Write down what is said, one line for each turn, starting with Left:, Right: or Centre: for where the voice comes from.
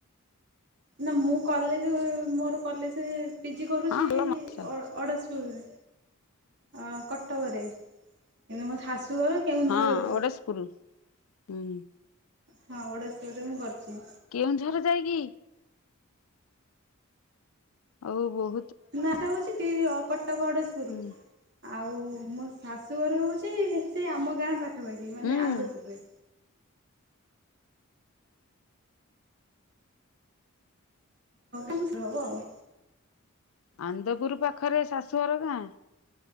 Right: ନା, ମୁଁ କଲେଜ, ମୋର କଲେଜ ପିଜି କରୁଛି
Left: ହଁ ଭଲ ମଣିଷ
Right: ଅ, ଅଡ଼ଶ ପୁରେ, ଅ, କଟକରେ, ଏବେ ମୋ ଶାଶୁଘର କେଉଁଝର
Left: ହଁ ଓଡ଼ଶପୁର, ହୁଁ।
Right: ହଁ ଓଡଶପୁର ରେ ମୁଁ କରିଚି।
Left: କେଉଁଝର ଯାଇକି? ଆଉ ବହୁ
Right: ନାଁ ଠା ହଉଛି କି ଓ-କଟକ ଓଡ଼ଶପୁରୁ।
Left: ହୁଁ
Right: ଆଉ, ମୋ ଶାଶୁଘର ହଉଛି ସେ ଆମ ଗାଁ ପାଖାପାଖି, ମାନେ
Left: ହୁଁ
Right: ଆନ୍ଦପୁରରେ। <inaudible> ହବ ଆଉ।
Left: ଆନ୍ଦପୁର ପାଖରେ ଶାଶୁଘର ଗାଁ?